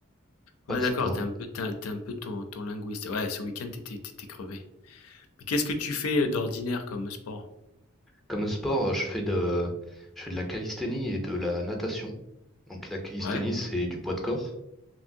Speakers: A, in the centre; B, on the left.
A: Pas
B: Ouais,
A: de
B: d'accord,
A: sport.
B: T'es un peu t'es as tu un peu ton ton linguiste. Ouais, ce week-end, t'étais, t'étais crevé. Mais qu'est-ce que tu fais, heu, d'ordinaire comme sport?
A: Comme sport, euh, je fais de, je fais de la calisthénie et de la natation. Donc la calisthénie,
B: Ouais,
A: c'est du poids de corps.